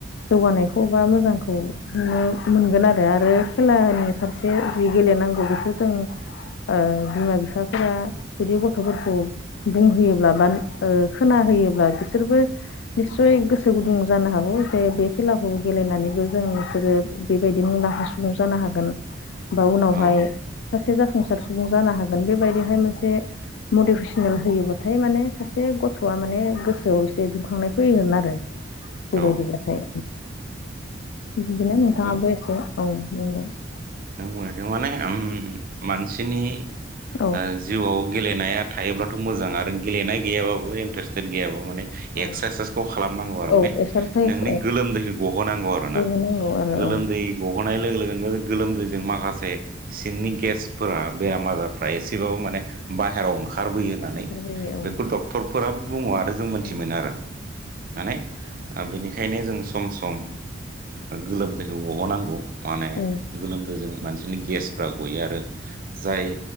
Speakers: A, on the left; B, on the right.
A: जौगानाय। खौबा मोजांखौ नुनो मोनगोन आरो आरो खेलानि फारसे जि गेलेनांगौ बेखौ। ओ जोंना बि बिफाफोरा जुदि गथ'फोरखौ बुंहोयोब्ला बा खोना होयोब्ला बिसोरबो। निस्सय गोसो गुदुं जानो हागौ जे बे खेलाखौ गेलेनानैबो जों नोंसोरो बेबायदि मुं। दांखा सुबुं जानो हागोन बा उनावहाय
B: औ
A: सासे जाफुंसार सुबुं जानो हागोन हागोन बेबायदिहाय मोनसे मटिभेसनेल होयोबाथाय माने सासे गथ'वा माने गोसोआव एसे दुंखांनाय फैगोन आरो। बेबायदिब्लाथाय
B: औ
A: बिदिनो
B: नंगौ
A: नोंथाङाबो एसे औ। <unintelligible>
B: नों बुंनाय थों माने मानसिनि
A: औ
B: ओ जिउआव। गेलेनाया थायोब्लाथ' मोजां आरो गेलेनाय गैयाबाबो इन्ट्रेस्टेद गैयाब्ला माने।
A: औ
B: एकसारसाइसखौ खालामनांगौ आरो
A: औ
B: माने
A: एक्सारसाइस
B: नोंनि
A: औ
B: गोलोमदैखौ गहोनांगौ आरोना।
A: बेबो नांगौ आरो
B: गोलोमदै
A: औ
B: गहोनाय लोगो लोगोनो बे गोलोमदैजों माखासे सिंनि गेसफोरा। बेराम आजारफ्रा एसेबाबो माने बाहेरायाव ओंखार बोयो होननानै
A: ओंखारबोयो
B: बेखौ डक्टरफोरा बुङो आरो जों मोन्थि
A: ओंखारबोयो
B: मोनो आरो। माने बेनिखायनो जों सम सम गोलोमदैखौ बहननांगौ
A: औ।
B: गोलोमदै जों मानसिनि गेसफ्रा गयो आरो जाय